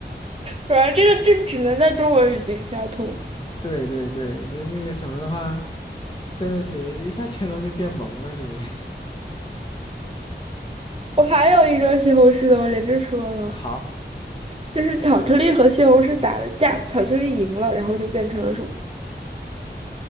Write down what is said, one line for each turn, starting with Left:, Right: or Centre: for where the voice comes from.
Right: 反正这个这只能在中文语境下通。
Left: 对对对，你那个什么的话，真的是一下成龙就变萌了，是不是？
Right: 我还有一个西红柿的，我连着说了，
Left: <laughs> 好，
Right: 就是巧克力和西红柿打了架，巧克力赢了，然后就变成了什么？